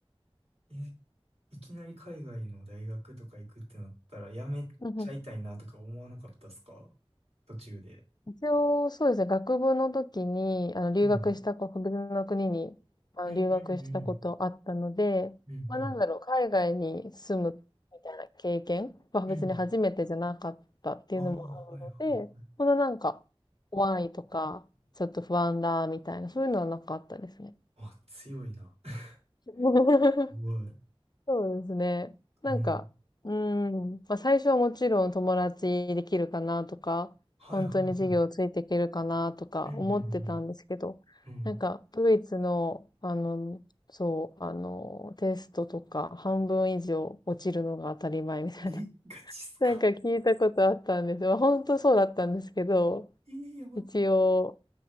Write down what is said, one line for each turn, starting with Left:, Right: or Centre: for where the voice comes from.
Right: え、いきなり海外の大学とか行くってなったら、やめちゃいたいなとか思わなかったですか
Left: うんうん
Right: 途中で。
Left: 一応、そうですね、学部の時に、あの、留学したこ、
Right: うん。
Left: 別の国に、あの、
Right: うんうんうん。
Left: 留学したことあったので、
Right: うんうん。
Left: まあ、なんだろう、海外に住むみたいな経験は別に初めてじゃなかったっていうのもあるので、
Right: うんああ、はいはいはい。
Left: そんななんか、怖いとか、ちょっと不安だ、みたいな、そういうのはなかったですね。
Right: あ、強いな。<laughs>
Left: <laughs>
Right: すごい。
Left: そうですね。なんか、
Right: うん。
Left: うーん、まあ最初はもちろん友達できるかなとか、
Right: はいはいはい。
Left: 本当に授業ついていけるかなとか思ってたんですけど、
Right: うんうんうん。うん。
Left: なんかドイツの、あの、そう、あの、テストとか半分以上落ちるのが当たり前みたいな。
Right: え、
Left: <laughs>
Right: ガチっすか。
Left: なんか聞いたことあったんです。まあ本当そうだったんですけど、
Right: えー、やば。
Left: 一応、